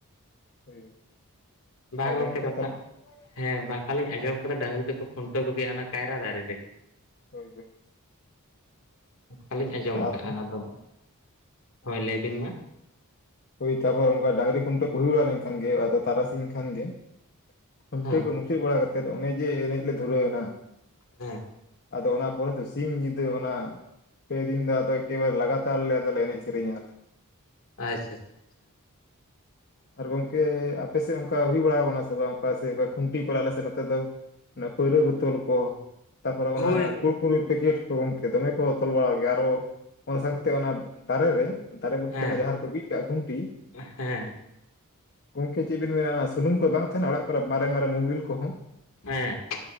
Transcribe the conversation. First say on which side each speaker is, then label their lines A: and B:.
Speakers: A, on the left (about 50°); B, on the left (about 65°).
A: ᱦᱳᱭ ᱦᱳᱭ
B: ᱵᱟ
A: ᱟᱨ
B: ᱜᱚᱝᱠᱮ ᱵᱟᱴᱟ
A: ᱛᱟᱦᱚᱞᱮ
B: ᱦᱮᱸ ᱵᱟᱝᱠᱷᱱ ᱞᱤᱧ ᱟᱸᱡᱚᱢ ᱟᱠᱟᱫᱟ ᱰᱟᱝᱨᱤ ᱫᱚᱠᱚ ᱠᱷᱩᱱᱴᱟᱹᱣ ᱠᱚᱜᱮᱭᱼᱟ ᱟᱱᱟ ᱠᱟᱭᱨᱟ ᱫᱟᱨᱮ ᱨᱮᱜᱮ᱾
A: ᱦᱳᱭ - ᱦᱳᱭ
B: ᱚᱠᱟᱞᱤᱧ ᱟᱸᱡᱚᱢᱟ
A: ᱟᱨ
B: ᱠᱟᱜᱼᱟ, ᱟᱫᱚ ᱦᱳᱭ ᱞᱟᱹᱭ ᱵᱤᱱ ᱢᱟ?
A: ᱳᱭ ᱛᱟᱯᱚᱨ ᱚᱱᱠᱟ ᱰᱟᱝᱨᱤ ᱠᱷᱩᱱᱴᱟᱹ ᱠᱚ ᱦᱩᱭᱩᱲᱲᱟ ᱞᱮᱱᱠᱷᱟᱱ ᱜᱮ ᱟᱫᱚ ᱛᱟᱨᱟᱥᱤᱧᱱ ᱠᱷᱟᱱᱜ ᱜᱮᱼᱼᱼ ᱠᱷᱩᱱᱴᱟᱹᱣ
B: ᱦᱮᱸ
A: ᱠᱚ ᱢᱩᱪᱟᱹᱫ ᱵᱟᱲᱟ ᱠᱟᱛᱮᱫ ᱚᱱᱮ ᱡᱮ ᱮᱱᱮᱡ ᱞᱮ ᱫᱷᱩᱨᱟᱹᱣ ᱮᱱᱟ᱾
B: ᱦᱮᱸᱻ
A: ᱟᱫᱚ ᱚᱱᱟ ᱯᱚᱨᱮ ᱫᱚ ᱥᱤᱧ ᱡᱩᱫᱟᱹ ᱚᱱᱟ ᱯᱮ ᱫᱤᱱ ᱫᱚ ᱟᱫᱚ ᱮᱠᱮᱵᱟᱨ ᱞᱟᱜᱛᱟᱨ ᱞᱮ ᱟᱫᱚ ᱞᱮ ᱮᱱᱮᱡ, ᱥᱮᱨᱮᱧᱟ, ᱟᱞᱮ
B: ᱟᱪᱷᱟ - ᱟᱪᱷᱟ - ᱟᱪᱷᱟ ᱪᱷᱟ -ᱪᱷᱟ
A: ᱟᱨ ᱜᱚᱝᱠᱮ ᱟᱯᱮ ᱥᱮᱫ ᱚᱱᱠᱟ ᱦᱩᱭ ᱵᱟᱲᱟᱣ ᱠᱟᱱᱟ ᱥᱮ ᱵᱟᱝ ᱚᱠᱟ ᱥᱮᱫ ᱫᱚ ᱠᱷᱩᱱᱴᱤ ᱠᱚᱨᱟᱣ ᱞᱮ ᱥᱮᱱᱚᱜ ᱛᱟᱦᱮᱸᱜ ᱫᱚ᱾ ᱚᱱᱟ ᱯᱟᱹᱣᱨᱟᱹ ᱵᱚᱛᱚᱞ ᱠᱚ᱾ ᱛᱟᱯᱚᱨᱮ
B: ᱦᱳᱭ
A: ᱚᱱᱟ ᱠᱩᱲᱠᱩᱨᱤ ᱯᱮᱠᱮᱴ ᱠᱚ ᱜᱚᱝᱠᱮ ᱫᱚᱢᱮ ᱠᱚ ᱛᱷᱚᱞ ᱵᱟᱲᱟᱭ ᱜᱮᱭᱟ ᱟᱨᱚ ᱚᱱᱟ ᱥᱟᱝᱛᱮ ᱚᱱᱟ ᱫᱟᱨᱮ ᱨᱮ, ᱫᱟᱨᱮ ᱵᱚᱞ
B: ᱦᱮᱸ
A: ᱛᱮ ᱚᱱᱟ ᱡᱟᱦᱟᱸ ᱨᱮ ᱠᱚ ᱵᱤᱫ ᱠᱟᱜᱼᱟ ᱠᱷᱩᱱᱴᱤ
B: ᱦᱮᱸ᱾
A: ᱜᱚᱝᱠᱮ ᱪᱮᱫ ᱵᱤᱱ ᱢᱮᱱᱟ ᱚᱱᱟ ᱥᱩᱱᱩᱢ ᱠᱚ ᱵᱟᱝ ᱛᱟᱦᱮᱸᱱᱟ ᱚᱲᱟᱜ ᱠᱚᱨᱮ ᱢᱟᱨᱮ ᱢᱟᱨᱮ ᱢᱩᱵᱤᱞ ᱠᱚᱦᱚᱸ᱾
B: ᱦᱮᱸ᱾